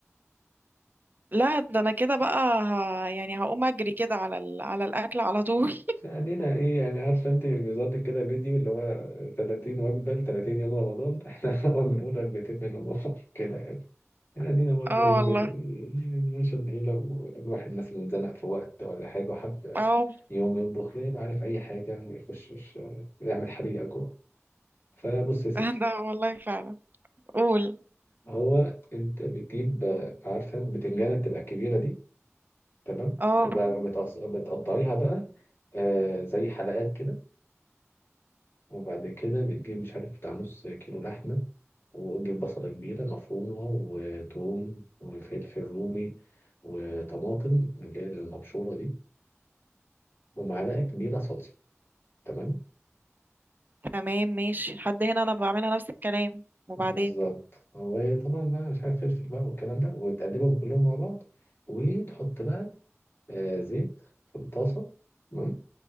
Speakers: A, on the right; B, on the left.
A: لا ده انا كده بقى ه... يعني هقوم اجري كده على ال... على الاكل على طول
B: علينا ايه يعني عارفه انت بيظبط كده فيديو اللي هو 30 وجبه ل 30 يوم رمضان <laughs> احنا هو بنقول وجبتين منهم <laughs> كده يعني يعني ادينا برضو
A: <laughs> اه
B: ايه
A: والله
B: ب- يعني عشان ايه لو الواحد مثلا اتزنق في وقت ولا حاجه وحب
A: اه
B: يوم يطبخ يبقى عارف اي حاجه ما يخشش يعمل حريقه جوه فبص يا ستي
A: <laughs> ده والله فعلا قول
B: هو انت بتجيب آه، عارفه البتنجانه بتبقى الكبيره دي تمام
A: اه
B: وبعد وبتقص- وبتقطعيها بقى آه زي حلقات كده وبعد كده بتجيب مش عارف بتاع نص كيلو لحمة وتجيب بصلة كبيرة مفرومة وتوم وفلفل رومي وطماطم اللي هي المبشورة دي ومعلقة كبيرة صلصة تمام
A: تمام ماشي لحد هنا انا بعملها نفس الكلام وبعدين
B: بالظبط وطبعا بقى مش عارف فلفل بقى والكلام ده وتقلبهم كلهم مع بعض وتحط بقى آه، زيت في الطاسة تمام